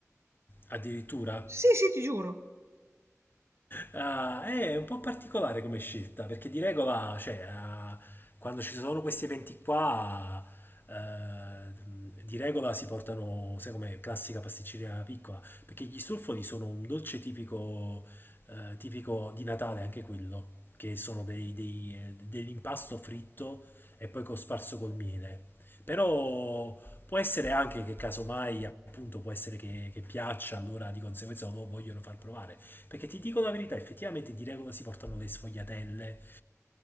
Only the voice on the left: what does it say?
addirittura.
Ah, è un po' particolare come scelta, perché di regola, cioè, ah, quando ci sono questi eventi qua, eh, di regola si portano, sai come classica pasticceria piccola, perché gli stolfoli sono un dolce tipico, eh, tipico di Natale, anche quello, che sono dei- dei- eh, dell'impasto fritto e poi cosparso col miele. Però può essere anche che casomai, appunto, può essere che, che piaccia, allora di conseguenza lo vogliono far provare. Perché ti dico la verità, effettivamente di regola si portano le sfogliatelle,